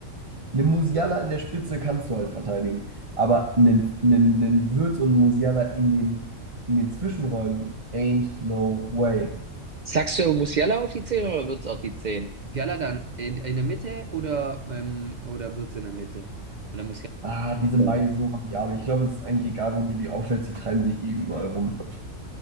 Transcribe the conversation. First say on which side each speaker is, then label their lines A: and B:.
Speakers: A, on the right (about 30°); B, on the right (about 65°).
A: Einen Musiala in der Spitze kannst du halt verteidigen, aber einen, einen, einen Wirtz und einen Musiala in den, in den Zwischenräumen ain't no way.
B: Sagst du er muss Musiala auf die 10 oder wird's auf die 10? Musiala dann in, in der Mitte oder, ähm, oder wird's in der Mitte? Und dann Musiala.
A: Ah, die sind
B: Ja.
A: beide so variabel. Ich glaube, es ist eigentlich egal, wo du die aufstellst, die treiben sich eh überall rum.